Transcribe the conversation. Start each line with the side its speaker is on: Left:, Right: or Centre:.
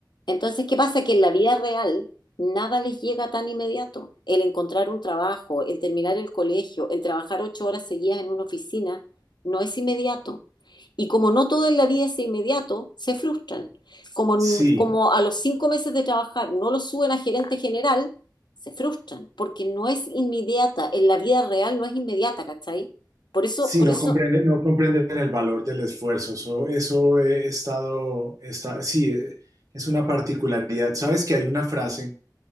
Left: Entonces, ¿qué pasa? Que en la vida real nada les llega tan inmediato. El encontrar un trabajo, el terminar el colegio, el trabajar ocho horas seguidas en una oficina, no es inmediato. Y como no todo en la vida es inmediato, se frustran. Como,
Right: sí.
Left: como a los cinco meses de trabajar no lo suben a gerente general, se frustran, porque no es inmediata, en la vida real no es inmediata, ¿cachai? Por eso,
Right: Sí,
Left: por
Right: no
Left: eso,
Right: comprenden, no comprenden el valor del esfuerzo. Eso, eso he estado, está, sí, eh, es una particularidad. Sabes que hay una frase,